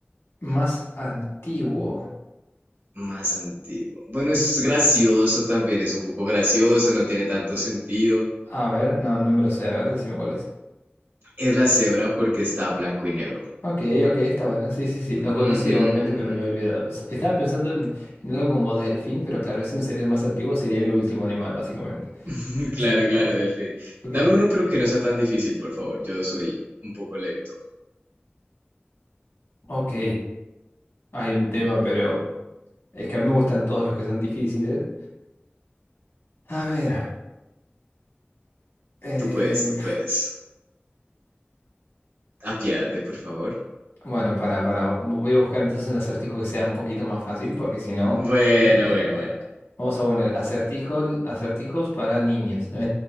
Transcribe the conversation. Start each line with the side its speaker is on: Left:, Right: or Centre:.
Left: más antiguo.
Right: más antiguo. Bueno, es gracioso también, es un poco gracioso, no tiene tanto sentido.
Left: A ver, no, no me lo sé. A ver, decime cuál es.
Right: Es la cebra porque está blanco y negro.
Left: Ok, ok, está bueno. Sí, sí, sí. Lo conocí
Right: Ujú,
Left: igualmente,
Right: ujú.
Left: pero me había olvidado. S- Estaba pensando en, en algo como delfín, pero claro, ese no sería el más antiguo, sería el último animal, básicamente.
Right: <laughs>
Left: Así
Right: Claro,
Left: que,
Right: claro,
Left: ok,
Right: Delfín.
Left: ok.
Right: Dame uno, pero que no sea tan difícil, por favor. Yo soy un poco lento.
Left: Ok, hay un tema, pero es que a mí me gustan todos los que son difíciles. A ver, eh,
Right: Tú puedes, tú puedes. Apiádate, por favor.
Left: Bueno, para, para, voy a buscar entonces un acertijo que sea un poquito más fácil, porque si no,
Right: Bueno,
Left: eh,
Right: bueno,
Left: eh,
Right: bueno.
Left: eh, vamos a poner acertijo, acertijos para niños. <laughs> ¿no?